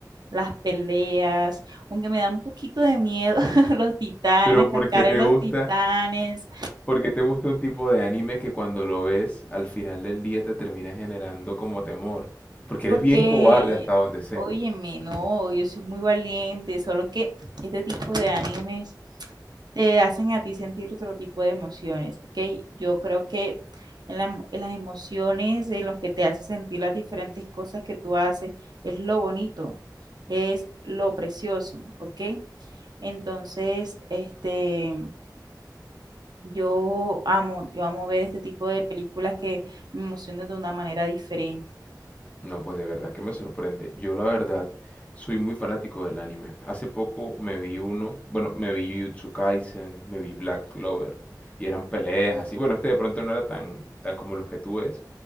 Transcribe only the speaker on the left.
Pero ¿por
qué te
gusta?
Porque te gusta un tipo de anime que cuando lo ves al final del día te termina generando como temor. Porque
eres bien cobarde hasta donde sé.
No, pues de verdad que me sorprende. Yo la verdad soy muy fanático del anime. Hace poco me vi uno, bueno, me vi Jujutsu Kaisen, me vi Black Clover y eran peleas así. Bueno, este de pronto no era tan tan como los que tú ves,